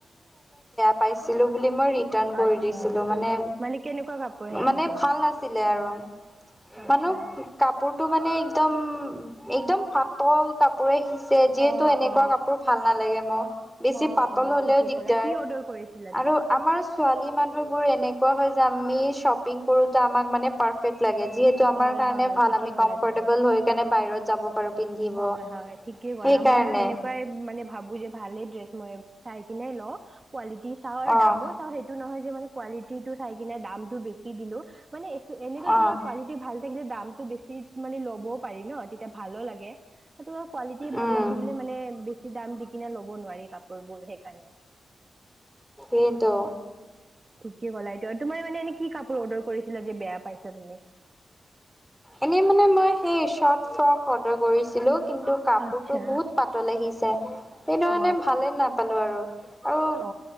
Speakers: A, in the centre; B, on the right.
A: পাইছিলোঁ বুলি মই ৰিটাৰণ কৰি
B: আচ্ছা
A: দিছিলো মানে
B: কেনেকুৱা কাপোৰ আহিছিল
A: মানে
B: তোমাৰ?
A: ভাল নাছিলে আৰু
B: আচ্ছা
A: মানে কাপোৰতটো মানে একদম একদম পাতল কাপোৰে সিচ স জিত
B: অ
A: এনেকুৱা
B: অ
A: কাপোৰ ভাল নালাগে মোক বেছি
B: অ
A: পাতল
B: অ
A: হলেও
B: ঠিকেই
A: দিগদাৰ
B: ক'লা কি অৰ্ডাৰ কৰিছিলা
A: আৰু
B: তুমি?
A: আমাৰ ছোৱালী মানুহ বোৰ এনেক োৱা হয় যে আমি শ্বপিং কৰোতেো আমাক মানে পাৰে্ট লাগে যিহেতু আমাৰ
B: হয়
A: কাৰণে
B: হয়
A: ভাল
B: ঠিকে
A: আমি
B: ক'লা
A: কমফৰ্টেবল
B: তুমি।
A: হৈ কাৰে বাহিৰত যাব পাৰো পিন্ধিব।
B: হয় হয় ঠিকেই গ'লা
A: সেইকাৰণে
B: মইো এনেকুৱাই মানে ভাবো যে ভালে ড্ৰেছ মই চাই কিিননে ল কোৱালিটি চাও আৰু
A: অ',
B: দামো চাও সেইটো নহয় যে মানে কালিটিটো চাই কিনে দামতটো বেছি দিলো মানে এনে
A: অ',
B: তোমাৰ কোৱালিটি ভাল থাকিলে দামতটো বেছি মানে ল'বও পাৰি ন তেতিয়া ভালো লাগে আৰু তোমাৰ কোৱালিটি ভাল
A: উম,
B: ন থাকে মানে বেছি দাম দি কিনে ল'ব নোৱাৰি কাপোৰ বোৰ সেইকাৰণে
A: এইটোো
B: কি কলা এইটো আৰু তোমাৰ মানে এনে কি কাপোৰ অৰ্ডাৰ কৰিছিলা যে বেয়া পাইছা তুমি
A: এনেই মানে মই সেই শৰ্ট ফ্ৰক অৰ্ডাৰ কৰিছে। ছিলো কিন্তু কাপোৰতটো
B: আচ্ছা
A: বহুত পাতল আহিছে সেইটো
B: অ
A: কাৰণে ভালে নাপালো আৰু। আৰু
B: অ